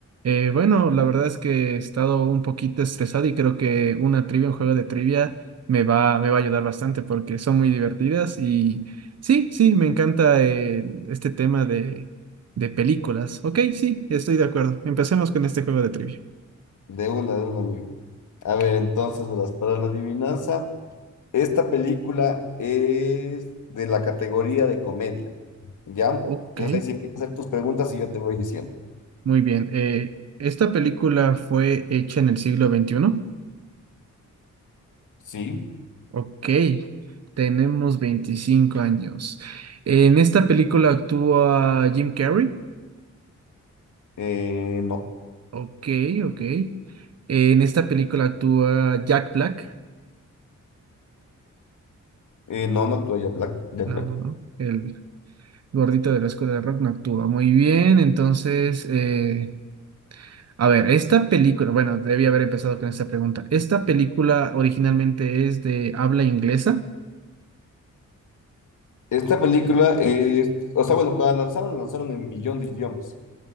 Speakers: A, on the right; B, on the left.
A: Eh, bueno, la verdad es que he estado un poquito estresado y creo que una trivia, un juego de trivia me va, me va a ayudar bastante porque son muy divertidas y sí, sí, me encanta eh, este tema de, de películas. Ok, sí, estoy de acuerdo. Empecemos con este juego de trivia.
B: De una, de un amigo. A ver, entonces, verás, para la adivinanza, esta película es de la categoría de comedia. ¿Ya?
A: Ok,
B: Entonces ahí sí empiezas a hacer tus preguntas y yo te voy diciendo.
A: muy bien. Eh, ¿esta película fue hecha en el siglo veintiuno.
B: Sí,
A: Ok, tenemos 25 años. ¿En esta película actúa Jim Carrey?
B: eh, no,
A: Ok, ok. Eh, En esta película actúa Jack Black.
B: eh, no, no actúa Jack Black, Jack
A: No,
B: Black.
A: no, no. El gordito de la escuela de rock no actúa muy bien. Entonces, eh, a ver, esta película, bueno, debía haber empezado con esta pregunta. ¿Esta película originalmente es de habla inglesa?
B: Esta película es, o sea, bueno, cuando la lanzaron, la lanzaron en millón de idiomas,